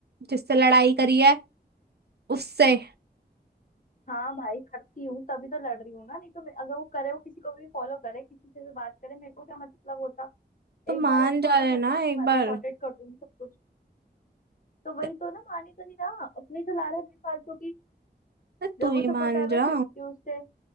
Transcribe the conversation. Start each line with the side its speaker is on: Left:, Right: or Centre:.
Right: जिससे लड़ाई करी है उससे
Left: हाँ भाई करती हूँ तभी तो लड़ रही हूँ ना नहीं तो मैं, अगर वो करे वो किसी को भी फॉलो करे किसी से भी बात करे मेरे को क्या मतलब होता
Right: तो मान
Left: एक बार अनफॉलो
Right: जा रहे
Left: कर
Right: ना
Left: देगा तो
Right: एक
Left: मैं
Right: बार
Left: भी सॉर्टेड कर दूंगी सब कुछ तो वही
Right: त-
Left: तो ना मान ही तो नहीं रहा अपने चला रहा है बेफालतू की
Right: अरे
Left: जब
Right: तू ही
Left: उसे
Right: मान
Left: पता है मैं
Right: जा
Left: चिढ़ती हूँ उससे